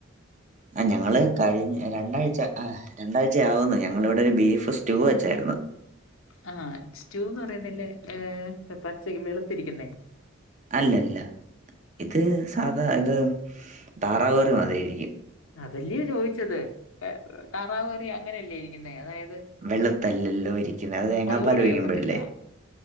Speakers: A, on the right; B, on the left.
A: ആഹ് ഞങ്ങള് കഴിഞ്ഞ രണ്ടാഴ്ച്ച ആഹ് രണ്ടാഴ്ച ആവുന്നു ഞങ്ങളിവിടെ ഒര് ബീഫ് സ്റ്റൂ വെച്ചാരുന്നു.
B: ആഹ് സ്റ്റൂന്ന് പറയുന്ന്ല്ലേ ഏഹ് പച്ചക്ക് വെളുത്തിരിക്കുന്നേ?
A: അല്ലല്ല ഇത് സാധാ ഇത് താറാവുകറി മാതിരി ഇരിക്കും.
B: അതല്ലേ ചോയ്ച്ചത് ഏവ് താറാവ്ക്കറി അങ്ങനെയല്ലേ ഇരിക്കുന്നേ അതായത്
A: വെളുത്തല്ലല്ലോ ഇരിക്കുന്നെ അത് തേങ്ങാ
B: മുളക്
A: പാല്
B: പൊടി
A: ഒഴിക്കുമ്പഴല്ലേ
B: ചേർക്കത്തില്ല.